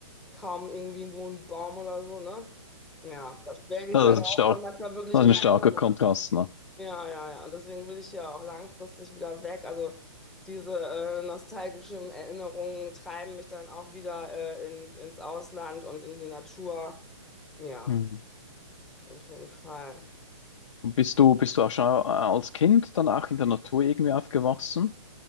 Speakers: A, in the centre; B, on the left (about 65°).
A: kaum irgendwie irgendwo ein Baum oder so, ne? Ja, das schwelge ich
B: Also,
A: dann
B: Das
A: auch
B: ist stark,
A: von manchmal wirklich
B: das
A: in
B: ist ein
A: Erinnerung.
B: starker Kontrast, ne?
A: Ja, ja, ja. Und deswegen will ich ja auch langfristig wieder weg. Also diese äh, nostalgischen Erinnerungen treiben mich dann auch wieder äh, in, ins Ausland und in die Natur. Ja,
B: Mhm.
A: auf jeden Fall.
B: Bist du, bist du auch schon äh, als Kind dann auch in der Natur irgendwie aufgewachsen?